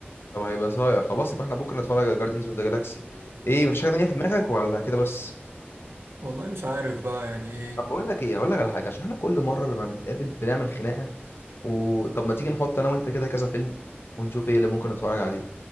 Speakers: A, on the left; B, on the right.
A: طب هيبقى صايع خلاص يبقى احنا بكره نتفرج على جاردينز اوف ذا جالاكسي ايه مفيش حاجه تانيه في دماغك ولا كده بس
B: والله مش عارف بقى يعني ايه
A: طب بقول لك ايه هقول لك على حاجه عشان احنا كل مره لما بنتقابل بنعمل خناقه وطب ما تيجي نحط انا وانت كده كذا فيلم ونشوف ايه اللي ممكن نتفرج عليه